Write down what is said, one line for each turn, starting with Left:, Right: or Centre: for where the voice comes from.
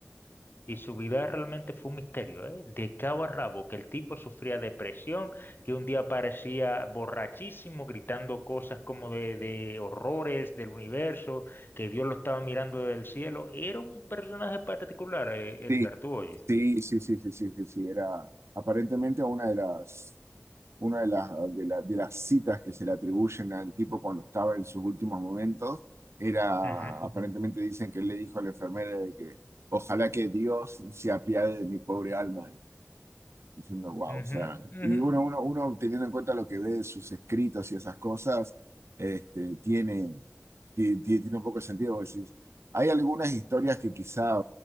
Left: Y su vida realmente fue un misterio, ¿eh? De cabo a rabo, que el tipo sufría depresión, que un día parecía borrachísimo, gritando cosas como de, de horrores del universo, que Dios lo estaba mirando desde el cielo. Era un personaje particular, eh,
Right: Sí.
Left: Edgar, tú oye.
Right: Sí, sí, sí, sí, sí, sí, sí, era aparentemente una de las, una de las, de la- de las citas que se le atribuyen al tipo cuando estaba en sus últimos momentos, era,
Left: Ujú,
Right: aparentemente dicen que él le dijo a la enfermera de que ojalá que Dios se apiade de mi pobre alma diciendo, wow,
Left: ujú,
Right: o sea,
Left: ujú.
Right: y uno, uno, uno teniendo en cuenta lo que ve de sus escritos y esas cosas, este, tiene, ti- ti- tiene, un poco de sentido. porque decís, hay algunas historias que quizá,